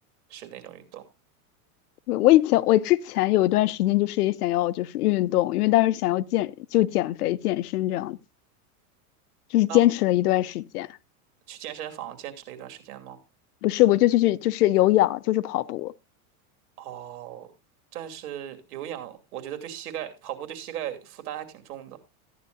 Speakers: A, on the right; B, on the left.
A: 是那种运动。
B: <laughs> 我我以前我之前有一段时间就是也想要就是运动，因为当时想要健就减肥健身这样就是坚持了一段时间。
A: 那会去健身房坚持了一段时间吗？
B: 不是，我就去去就是有氧，就是跑步。
A: 哦，但是有氧，我觉得对膝盖，跑步对膝盖负担还挺重的。